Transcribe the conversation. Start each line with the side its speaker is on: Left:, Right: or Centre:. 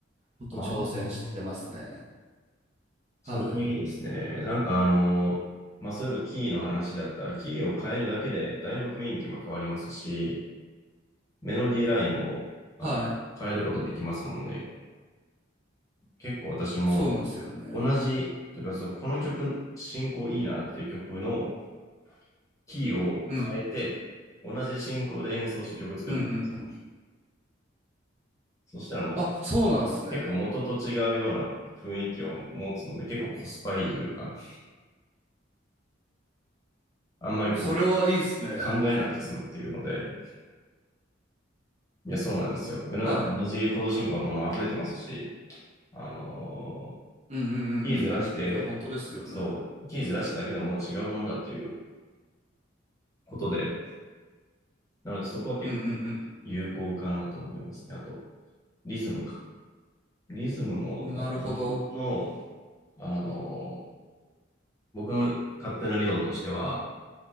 Right: こと挑戦してますね。
Left: ああ。それもいいですね。
Right: はい。
Left: なんかあの、まあ、そういうことキーの話だったら、キーを変えるだけで、だいぶ雰囲気も変わりますし、メロディーラインも、あの、
Right: はい。
Left: 変えることできますもんね。結構私も
Right: そうなんですよね。
Left: 同じ、というか、その、この曲、進行いいなっていう曲のキーを変えて、
Right: うん。
Left: 同じ進行で演奏して曲作るとかですよ。
Right: うんうんうん。
Left: そしたらもう、
Right: あ、そうなんすね。
Left: 結構元と違うような雰囲気を持つので、結構コスパいいというか、あんまりこ
Right: それはいいっすね。
Left: う、考えなくて済むっていうので、いや、そうなんですよ。世の中同じコード進行のもの溢れてますし、
Right: はい。
Left: あのー
Right: うんうんうんうんうんうん。
Left: キーずらして、
Right: いや、本当ですよね。
Left: そう、キーずらしただけでももう違うものだっていうことで、なのでそこは結構
Right: うんうん
Left: 有効かなと思いますね。あと、リズムか。リズムも、
Right: うん。
Left: なんか僕の、
Right: なるほど。
Left: あのー僕の勝手な理論としては、